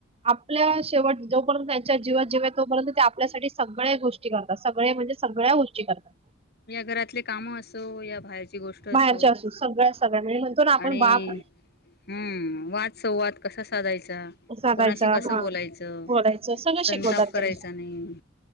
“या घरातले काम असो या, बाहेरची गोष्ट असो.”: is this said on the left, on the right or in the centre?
Left